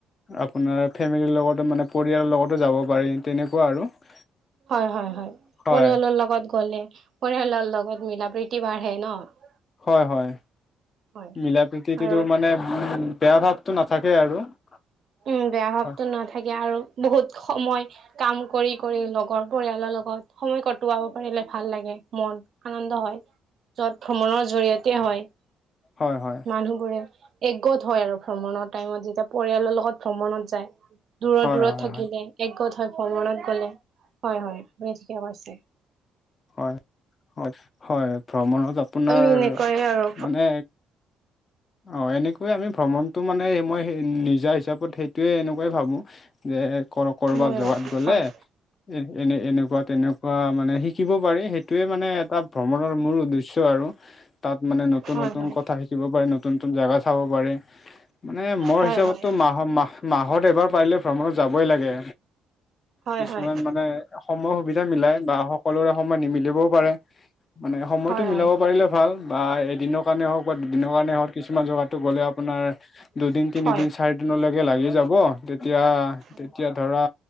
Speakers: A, on the left (about 35°); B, on the right (about 50°).
A: আপোনাৰ ফেমিলিৰ লগতো মানে পৰিয়ালৰ লগতো যাব পাৰি তেনেকুৱা আৰু। <unintelligible>
B: হয়-হয়-হয়।
A: হয়
B: পৰিয়ালৰ লগত গলে পৰিয়ালৰ লগত মিলা প্ৰীতি বাঢ়ে ন। <unintelligible>
A: হয়-হয়্
B: হয়
A: মিলা প্ৰীতিটো
B: আৰু
A: মানে উম বেয়া ভাৱটো নাথাকে আৰু। <unintelligible>
B: উম। বেয়া ভাৱতো
A: হয়
B: নাথাকে আৰু বহুত সময় <inaudible> কাম কৰি-কৰি লগৰ পৰিয়ালৰ লগত সময় কটোৱাব পাৰিলে ভাল লাগে মন। <unintelligible> আনন্দ হয়। যত ভ্ৰমণৰ জৰিয়তে হয়। <inaudible>
A: হয়-হয়। <unintelligible>
B: মানুহবোৰে একগোট হয় আৰু ভ্ৰমণৰ টাইমত। যেতিয়া পৰিয়ালৰ লগত ভ্ৰমণত যায়। <unintelligible> দূৰত-দূৰত
A: হয় হয় হয়
B: থাকিলে। একগোট হয় ভ্ৰমণত গলে হয়-হয় আপুনি ঠিকে কৈছে। <unintelligible>
A: হয়। হয় <inaudible> হয় ভ্ৰমণত আপোনাৰ
B: আমি এনেকৈয়ে আৰু
A: মানে অঁ এনেকৈয়ে আমি ভ্ৰমণটো মানে মই সেই নিজা হিচাপত সেইটোৱেই এনেকুৱাই ভাবোঁ। <unintelligible> যে কৰ কৰবাত
B: ময়ো
A: জগাত গ'লে
B: হয়
A: <unintelligible> এনে এনে এনেকুৱা তেনেকুৱা মানে শিকিব পাৰি, সেইটোৱে মানে এটা ভ্ৰমণৰ মূল উদ্দেশ্য আৰু। তাত মানে ন তুন
B: হয়
A: নতুন
B: হয়
A: কথা শিকিব পাৰে, নতুন নতুন জাগা চাব পাৰে। মানে মোৰ
B: হয়
A: হিচাপত
B: হয়।
A: ত মাহ হ মাহত এবাৰ পাৰিলে ভ্ৰমণত যাবই লাগে,
B: হয়
A: কিছুমান
B: হয়
A: মানে সময় সুবিধা মিলাই বা সকলোৰে সময় নিমিলিবও পাৰে, মানে সময়টো
B: হয় হয়
A: মিলাব পাৰিলে ভাল বা এদিনৰ কাৰণে হওক বা দুদিনৰ কাৰণে হওক, কিছুমান জাগাতো গ'লে আপোনাৰ দুদিন, তিনিদিন,
B: হয়
A: চাৰি দিনৰলৈকে লাগি যাব, তেতিয়া,
B: হয়
A: তেতিয়া ধৰা